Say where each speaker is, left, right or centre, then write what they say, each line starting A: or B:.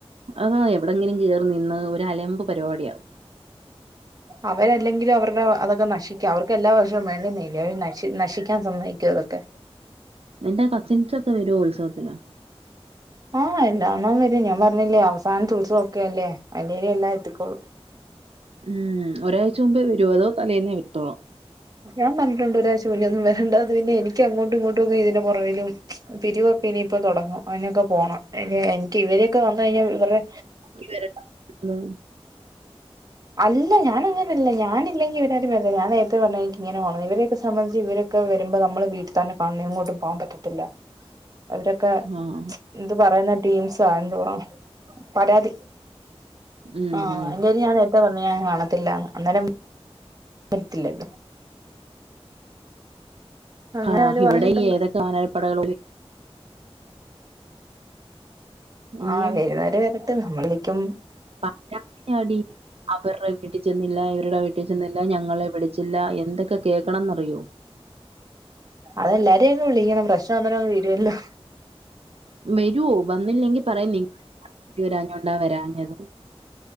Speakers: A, on the right; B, on the right.
A: അതാ എവിടെങ്കിലും കെറി നിന്ന ഒരു അലമ്പ് പരിപാടിയാവും
B: അവരെല്ലെങ്കിലും അവരുടെ അതൊക്കെ നശിക്കാ അവർക്ക് എല്ലാ വർഷവും വേണ്ടുന്നല്ലേ അവര് നശി നശിക്കാൻ സമ്മയിക്കുവോ അതൊക്കെ
A: നിന്റെ കസിൻസ് ഒക്കെ വരുമോ ഉത്സവത്തിന്
B: ആഹ് എല്ലണ്ണവും വരും ഞാൻ പറഞ്ഞില്ലേ അവസാനത്തെ ഉത്സവം ഒക്കെ അല്ലേ അയിന്റെരിൽ എല്ലാം എത്തിക്കോളൂ
A: ഉം ഒരാഴ്ച മുമ്പേ വരുവോ അതോ തലേന്നെ വരുത്തോളോ
B: ഞാൻ പറഞ്ഞിട്ടുണ്ട് ഒരായ്ച്ച മുന്നേന്നും വേരണ്ടന്ന് പിന്നെ എനിക്ക് അങ്ങോട്ടും ഇങ്ങോട്ടും ഒക്കെ ഇതിന്റെ പോറക്കിലും പിരിവക്കെ ഇനിയിപ്പോ തൊടങ്ങും അനൊക്കെ പോണം എ എനിക്ക് ഇവരൊക്കെ വന്ന് കഴിഞ്ഞാൽ ഇവർടെ
A: ഇവരടെ ഉമ്മ് <unintelligible>
B: അല്ല ഞാനങ്ങനെ ല്ല ഞാനില്ലങ്കി ഇവരരും വരത്തില്ല ഞാ നേരത്തെ പറഞ്ഞ എനിക്ക് ഇങ്ങനെപോണം ഇവരെയെക്കെ സംബന്ധിച്ച് ഇവരൊക്കെ വരുമ്പോ നമ്മൾ വീട്ടി തന്നെ കാണം എങ്ങോട്ടും പോകാൻ പറ്റത്തില്ല അവരൊക്കെ
A: ആഹ്
B: ഇത് പറയുന്ന ടീംസാ എന്തവാ പരാതി
A: ഉം
B: ആഹ്
A: ഉം
B: അന്റെരിൽ ഞാൻ നേരത്തെ പറഞ്ഞ് ഞാൻ കാണത്തില്ലന്ന് അന്നേരം വരിതില്ലല്ലോ അങ്ങനെ
A: ആഹ്
B: അവര്
A: ഇവിടെ
B: പറഞ്ഞിട്ടുണ്ട്
A: ഏതൊക്കെ വനരാപ്പടകൾ ളോ ഇനിയും
B: ആഹ വരുന്നേര് വരട്ട് നമ്മള് നിക്കും
A: പരതിയാടി അവരുടെ വീട്ടിൽ ചെന്നില്ല ഇവരുടെ വീട്ട ട്ടി ചെന്നില്ല ഞങ്ങളെ വിളിച്ചില്ല എന്തൊക്കെ കേൾക്കണംന്നറിയോ
B: അതെല്ലാരെയും അങ് വിളിക്കണം പ്രശനം അന്നേരങ്ങു തീരുമല്ലോ
A: വരുവോ വന്നില്ലെങ്കിൽ പറയാം നി <unintelligible> ഞ്ഞണ്ടാ വരാഞ്ഞത്